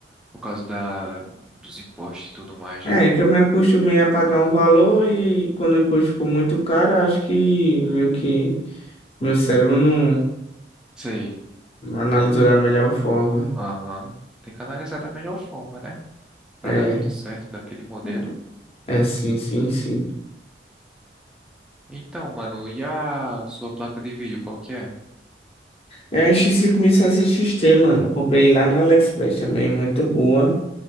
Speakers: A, in the centre; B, on the left (about 35°).
A: Por causa da... dos impostos e tudo mais,
B: É,
A: né?
B: é que eu me acostumei a pagar um valor e quando o imposto ficou muito caro, eu acho que meio que meu cérebro não,
A: Sei.
B: não analisou
A: Meio.
B: da melhor forma.
A: Aham. Tem que analisar da melhor forma, né? Pra
B: É,
A: dar tudo certo daquele modelo.
B: Né? é sim, sim, sim.
A: Então, mano, e a sua placa de vídeo, qual que é?
B: É a X5.7XT, mano. Eu comprei lá na AliExpress também, muito boa,